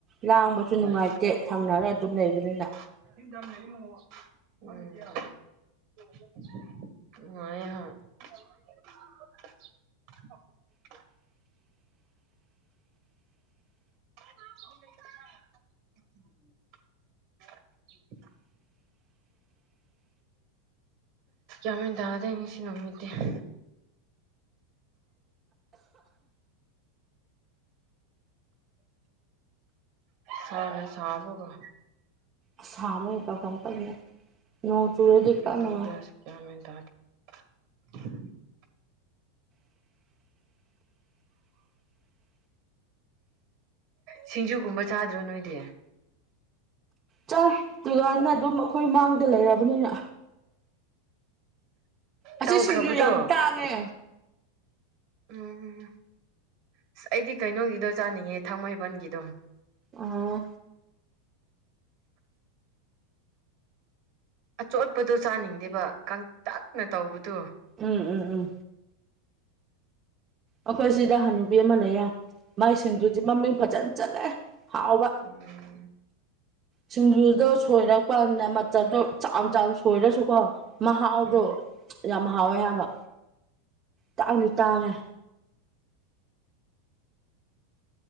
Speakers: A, on the right; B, on the right.
A: ꯂꯥꯡꯕꯁꯨ
B: ꯍꯣꯏ
A: ꯅꯨꯡꯉꯥꯏꯇꯦ ꯊꯪꯅꯔ ꯑꯗꯨ ꯂꯩꯕꯅ
B: <unintelligible> ꯃ ꯍꯣꯏ <unintelligible>
A: <unintelligible>
B: <unintelligible>
A: <unintelligible>
B: ꯑ ꯗꯉꯡꯁꯤ ꯅꯃꯤꯃꯤꯗ <unintelligible> ꯁꯔꯥ ꯁꯥꯕ ꯍꯒ
A: ꯑꯁꯥꯕ ꯑꯣꯏ ꯀ ꯀ ꯅꯣꯡ ꯆꯨꯔꯦꯗꯤ
B: ꯀꯔꯤ
A: ꯀꯅꯅꯨꯡꯉ
B: ꯇꯧꯗꯣꯏꯔꯁꯨ ꯒ꯭ꯌꯥꯟ <unintelligible>
A: <unintelligible>
B: ꯁꯤꯡꯖꯨꯒꯨꯝꯕ ꯆꯥꯗ꯭ꯔꯣ ꯅꯣꯏꯗꯤ
A: ꯆꯪ ꯗꯨꯀꯥꯟꯗ ꯑꯗꯨꯝ ꯑꯩꯈꯣꯏ ꯃꯥꯡꯗ ꯂꯩꯔꯕꯅꯤꯅ ꯑꯁꯤ
B: ꯇꯧꯈ꯭ꯔꯕꯗꯣ
A: ꯁꯤꯡꯖꯨ ꯌꯥꯝ ꯇꯥꯡꯉꯦ
B: ꯎꯝ ꯑꯁ ꯑꯩꯗꯤ ꯀꯩꯅꯣꯒꯤꯗꯣ ꯆꯥꯅꯤꯡꯉꯦ ꯊꯥꯡꯃꯩꯕꯟꯒꯤꯗꯣ
A: ꯑꯥ
B: ꯑꯆꯣꯠꯄꯗꯣ ꯆꯥꯅꯤꯡꯗꯦꯕ ꯀꯪꯇꯛꯅ ꯇꯧꯕꯗꯨꯣ
A: ꯎꯝ ꯎꯝ ꯎꯝ ꯑꯩꯈꯣꯏ ꯁꯤꯗ ꯍꯟꯨꯕꯤ ꯑꯃ ꯂꯩꯌꯦ ꯃꯥꯏꯁꯤꯡꯗꯨꯗꯤ ꯃꯃꯤꯡ ꯐꯖꯅ ꯆꯠꯂꯦ ꯍꯥꯎꯕ
B: ꯎꯝ
A: ꯁꯤꯡꯖꯨꯗꯣ ꯁꯣꯏꯔ ꯄꯗ ꯃꯜꯗꯣ ꯆ ꯆ ꯁꯣꯏꯔꯁꯨꯀꯣ ꯃꯍꯥꯎꯗꯣ
B: ꯎꯝ
A: ꯌꯥꯝ ꯍꯥꯎꯋꯦ ꯍꯥꯏꯕ ꯇꯥꯡꯗꯤ ꯇꯥꯡꯉꯦ